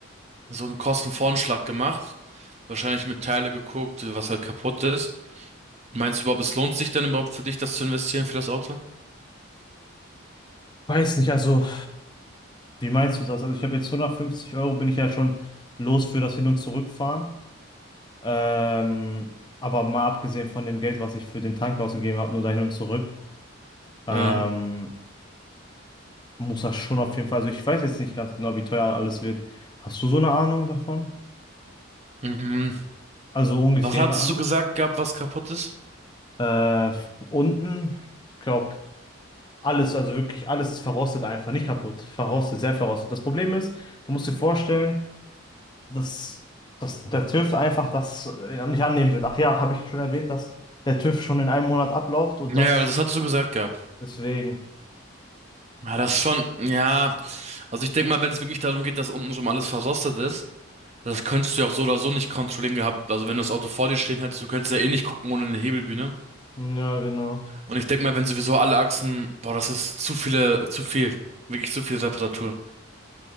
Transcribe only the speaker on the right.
so einen Kostenvoranschlag gemacht, wahrscheinlich mit Teile geguckt, was halt kaputt ist. Meinst du überhaupt, es lohnt sich denn überhaupt für dich, das zu investieren für das Auto?
Ja.
Mhm.
Was hattest
du gesagt gehabt, was kaputt ist?
Ja,
das hattest du gesagt gehabt.
Ja, das ist schon, ja. Also ich denke mal, wenn es wirklich darum geht, dass unten schon alles verrostet ist, das könntest du ja auch so oder so nicht kontrollieren gehabt. Also wenn du das Auto vor dir stehen hättest, du könntest ja eh nicht gucken ohne eine Hebelbühne.
Und ich denke mal, wenn sowieso alle Achsen, boah, das ist zu viele, zu viel. Wirklich zu viel Reparatur.